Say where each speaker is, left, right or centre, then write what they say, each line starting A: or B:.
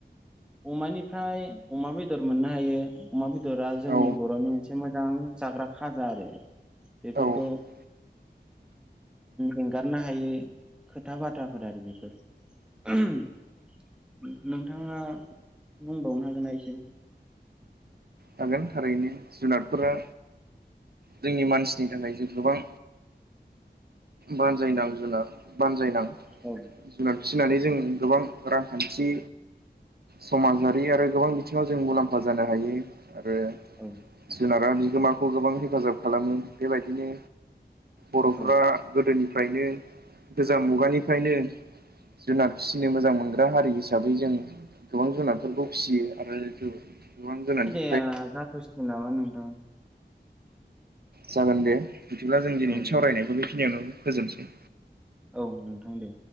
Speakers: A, in the centre; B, on the right.
A: अमानिफ्राय अमा बेदर मोननो हायो अमा बेदरा जोंनि
B: औ
A: बर'नि मोनसे मोजां जाग्रा खाजा आरो बेफोरखौ
B: औ
A: एंगारनो हायो खोथा बाथ्राफोर आरो बेफोर ओम नोंथाङा बुंबावनो हागोना एसे
B: थागोन थारैनो जुनारफोरा जोंनि मानसिनि थाखाय जों गोबां बानजायनां जुनाद बानजायनां
A: औ
B: जुनाद फिनानै जों गोबां रांखान्थि समाजारि आरो गोबां बिथिङाव जों मुलाम्फा जानो हायो आरो
A: औ
B: जुनारा बिगोमाखौ गोबां हेफाजाब खालामो बेबायदिनो बर'फ्रा
A: औ
B: गोदोनिफ्रायनो गोजाम मुगानिफ्रायनो जुनार फिसिनो मोजां मोनग्रा हारि हिसाबै जों गोबां जुनारफोरखौ फिसियो आरो गोबां गोनांथि
A: दा जाथ'सिगोन नामा नोंथां
B: जागोन दे बिदिब्ला जों दिनैनि
A: औ
B: सावरायनायखौ
A: दे
B: बेखिनियावनो फोजोबसै
A: औ नोंथां दे